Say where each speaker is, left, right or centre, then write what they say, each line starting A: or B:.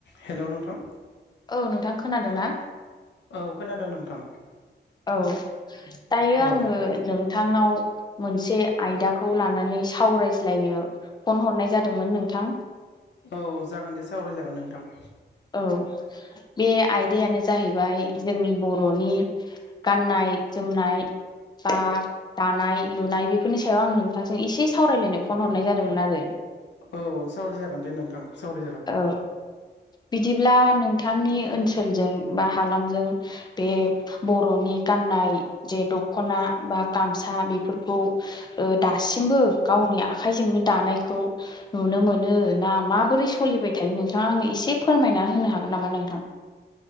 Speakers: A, on the left; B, on the left.
A: Hello नोंथां।
B: औ नोंथां खोनादों ना।
A: औ खोनादों नोंथां
B: औ दायो
A: औ
B: आङो नों नोंथांनाव मोनसे आयदाखौ लानानै सावरायज्लायनो फन हरनाय जादोंमोन नों थां।
A: औ जागोन दे सावराय जागोन नोंथां।
B: औ बे आयदायानो जाहैबाय जोंनि बर'नि गाननाय जोमनाय। बा दानाय लुनाय बेफोरनि सायाव आं नोंथांजों एसे सावरायलायनो फन हरनाय जादोंमोन आरो
A: औ सावराय जागोन दे नोंथां सावराय
B: औ बिदिब्ला नोंथांनि ओनसोलजों बा हालामजों बे बर'नि गाननाय जे दख'ना बा गामसा बेफोरखौ दासिमबो गावनि आखाइजोंनो दानायखौ नुनो मोनो ना माबोरै सलिबाय थायो नोंथाङा आंनो एसे फोरमायना होनो हागोन नामा नोंथां